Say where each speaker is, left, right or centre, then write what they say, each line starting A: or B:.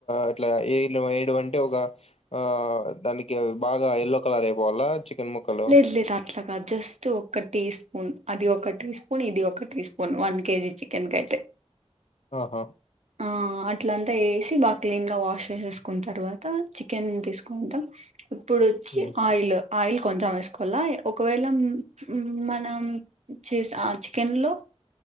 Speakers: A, on the left (about 65°); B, on the right (about 75°).
A: అట్ల ఏ వేడు అంటే ఒగ ఆ దానికి బాగా ఎల్లో కలర్ అయిపోవాలా చికెన్ ముక్కలు
B: లేదు లేదు అట్ల కాదు జస్ట్ ఒక టీ స్పూన్ అది ఒక టీ స్పూన్ ఇది ఒక teaspoon one KG chicken కాయ్యితే
A: ఆహా
B: ఆ అట్లంతా వేసి బాగా క్లీన్ వాష్ చేసేసుకున్న తర్వాత చికెన్ తీసుకుంటా ఇప్పుడోచ్చి
A: ఉమ్,
B: ఆయిల్ ఆయిల్ కొంచెం వేసుకోవల్ల ఒకవేళ మనం చ చికెన్లో